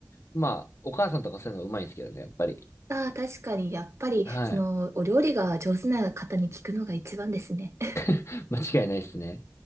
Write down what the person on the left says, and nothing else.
まあ、お母さんとかそういうのうまいんですけどね、やっぱり。
はい。
<laughs> 間違いないですね。